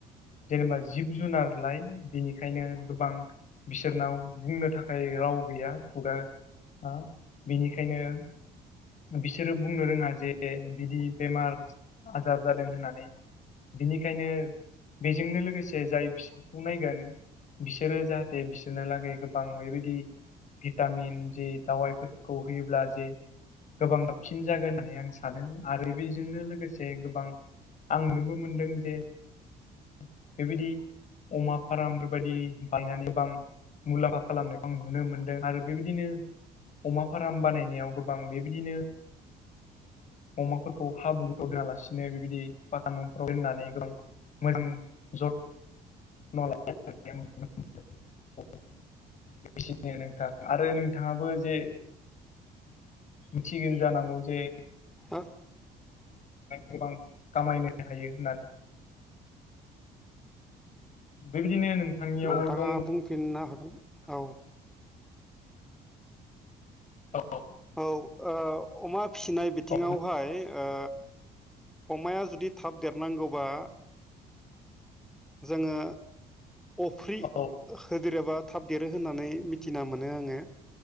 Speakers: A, on the left; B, in the centre.
A: जेनेबा जिब जुनार लाइ बेनिखायनो गोबां बिसोरनाव बुंनो थाखाय राव गैया खुगा हा बेनिखायनो बिसोरो बुंनो रोङा जे बिदि बेमार आजार जादों होननानै। बिनिखायनो बेजोंनो लोगोसे जाय बिसोरखौ नायगोन। बिसोरो जाहाथे बिसोरनो लागै गोबां बेबायदि भिटामिन जे दावाइफोरखौ होयोब्ला जे गोबां साबसिन जागोन होननानै आं सानो आरो बेजोंनो लोगोसे गोबां आं नुबो मोनदों जे बेबायदि अमा फार्म बेफोरबायदि बायनानै गोबां मुलाम्फा खालामनायखौ आं नुनो मोन्दों आरो बेबायदिनो अमा फार्म बानायनायाव गोबां बेबायदिनो अमाफोरखौ हाब्रुफोराव दोनालासिनो बेबायदि पाका न'फोराव दोननानै गोबां मोजां जथ <unintelligible> एसेनो नोंथां आरो नोंथाङाबो जे मिथिगोन जानांगौ जे
B: हा
A: गोबां खामायनो हायो होननानै। बेबायदिनो नोंथांनियावबो
B: नोंथाङा
A: दं
B: बुंफिननो हागोन औ
A: औ औ।
B: औ अमा फिसिनाय बिथिङावहाय।
A: औ
B: आ अमाया जुदि थाब देरनांगौबा जोङो अफ्रि
A: औ
B: होदेरोबा थाब देरो होननानै मिथिना मोनो आङो